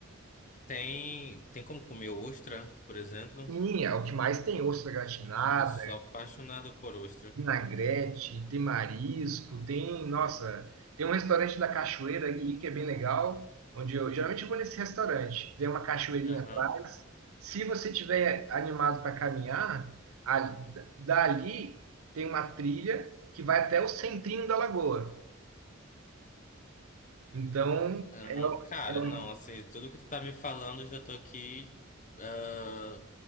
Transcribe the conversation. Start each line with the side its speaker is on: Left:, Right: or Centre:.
Left: Tem, tem como comer ostra, por exemplo?
Right: Sim, é o que mais tem, ostra gratinada,
Left: Eu sou apaixonado por ostra.
Right: vinagrete, tem marisco, tem, nossa, tem um restaurante da Cachoeira ali que é bem legal, onde eu geralmente eu vou nesse restaurante, tem uma cachoeirinha
Left: Aham.
Right: atrás. Se você tiver animado para caminhar, a- dali tem uma trilha que vai até o centrinho da lagoa. Então,
Left: Aham,
Right: é,
Left: cara,
Right: é-
Left: não, assim, tudo que tu tá me falando, eu já tô aqui. ah,